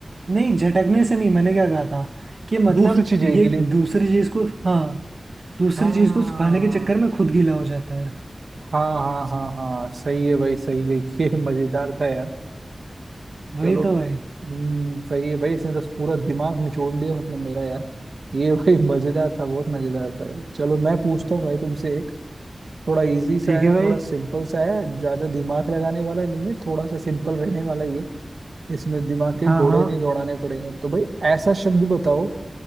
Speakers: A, on the right; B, on the right.
A: नहीं झटकने से नहीं मैंने क्या कहा था कि मतलब
B: दूसरी चीज है
A: ये
B: गीली
A: दूसरी चीज को हाँ दूसरी
B: हाँ
A: चीज को सुखाने के चक्कर में खुद गीला हो जाता है
B: हाँ हाँ हाँ हाँ सही है भाई सही है <laughs> ये मजेदार था यार
A: वही
B: चलो
A: तो
B: हम्म,
A: भाई
B: सही है भाई इसने तो पूरा दिमाग निचोड़ लिया मतलब मेरा यार ये <laughs> भाई मजेदार था बहुत मजेदार था भाई चलो मैं पूछता हूँ भाई तुमसे एक थोड़ा इजी सा
A: ठीक
B: है
A: है भाई
B: थोड़ा सिंपल सा है ज्यादा दिमाग लगाने वाला नहीं है थोड़ा सा सिंपल रहने वाला ये इसमें दिमाग के
A: हाँ
B: घोड़े
A: हाँ
B: नहीं दौड़ाने पड़ेंगे तो भाई ऐसा शब्द बताओ